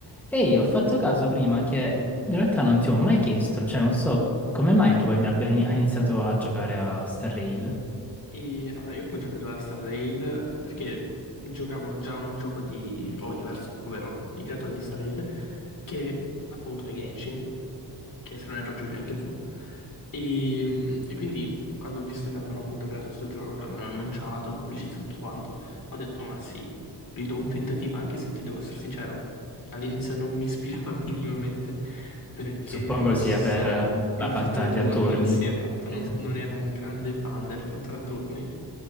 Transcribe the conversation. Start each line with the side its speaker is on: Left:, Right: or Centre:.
Centre: Ehi, ho fatto caso prima che in realtà non ti ho mai chiesto, cioè non so come mai tu hai abbia ini- hai iniziato a giocare a Star Rail.
Left: E allora, io ho cominciato a giocare a Star Rail perché giocavo già un gioco di Oyverse, ovvero i creatori di Star Rail, che appunto è Genshin, che se non erro giochi anche tu. E, e quindi quando ho visto che avevano appunto creato questo gioco, che l'avevano annunciato, pubblicizzato tutto quanto, ho detto ma sì, gli do un tentativo, anche se ti devo essere sincero, all'inizio non mi ispirava <laughs> minimamente perché
Centre: Suppongo
Left: non
Centre: sia
Left: so.
Centre: per eh,
Left: Il
Centre: la battaglia
Left: fattore turni,
Centre: a turni.
Left: sì, esatto, non,
Centre: Sì,
Left: non ero un grande fan del fattore turni